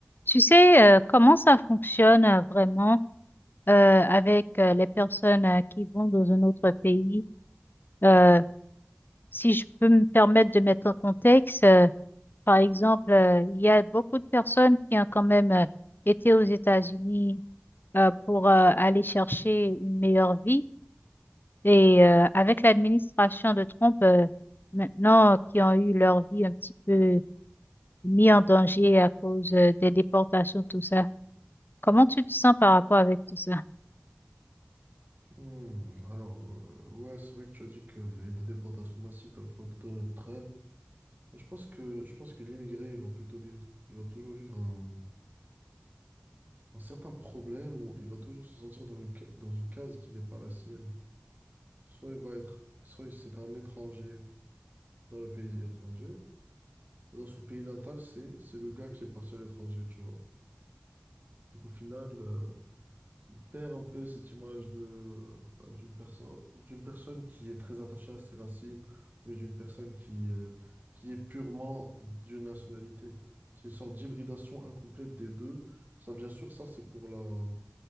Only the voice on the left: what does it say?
Tu sais, euh, comment ça fonctionne euh, vraiment euh, avec euh, les personnes euh, qui vont dans un autre pays? Euh, si je peux me permettre de mettre en contexte, euh, par exemple, euh, il y a beaucoup de personnes qui ont quand même euh, été aux États-Unis euh, pour euh, aller chercher une meilleure vie. Et euh, avec l'administration de Trump, euh, maintenant, euh, qui ont eu leur vie un petit peu mis en danger à cause euh, des déportations, tout ça. Comment tu te sens par rapport avec tout ça?